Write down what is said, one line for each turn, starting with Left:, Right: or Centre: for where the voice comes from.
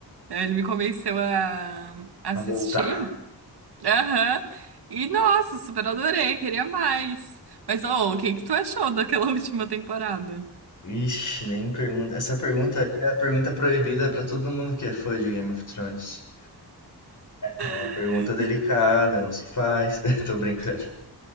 Right: né, Ele me convenceu a assistir.
Left: A voltar.
Right: Aham. E nossa, super adorei, queria mais. Mas, ô, o que que tu achou daquela última temporada?
Left: Ixi, nem pergunta. Essa pergunta aí é a pergunta proibida pra todo mundo que é fã de Game of Thrones.
Right: <laughs>
Left: É uma pergunta delicada, não se faz. <laughs> Tô brincando.